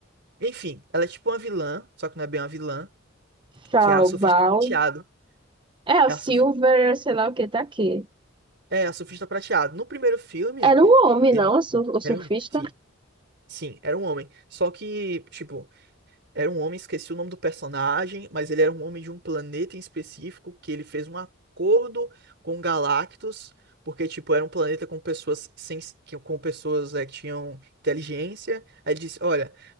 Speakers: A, on the right; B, on the right.
A: Enfim, ela é tipo uma vilã, só que não é bem uma vilã,
B: Tá,
A: que é a surfista
B: o Baal.
A: prateado.
B: É, o
A: É
B: Silver,
A: a, surfi...
B: sei lá o que tá aqui.
A: é a surfista prateado. No primeiro filme,
B: Era um homem,
A: ele
B: não? O sur- o surfista?
A: era um... Sim, sim, era um homem. Só que, tipo, era um homem, esqueci o nome do personagem, mas ele era um homem de um planeta em específico que ele fez um acordo com Galactus. Porque, tipo, era um planeta com pessoas sem, que com pessoas é, que tinham inteligência. Aí ele disse, olha,